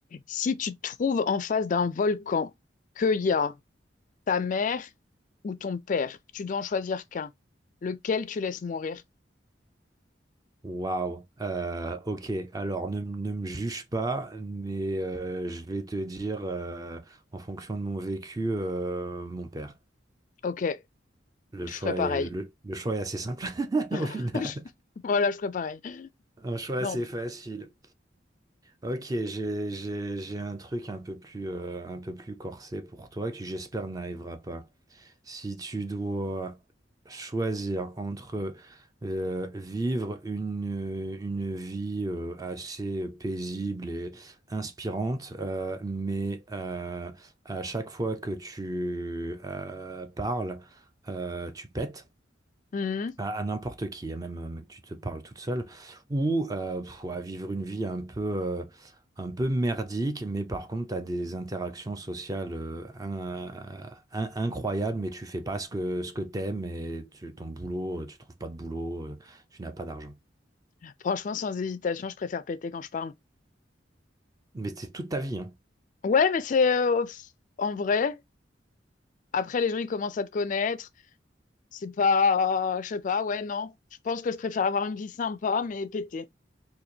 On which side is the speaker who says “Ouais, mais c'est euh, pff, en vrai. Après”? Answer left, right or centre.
Left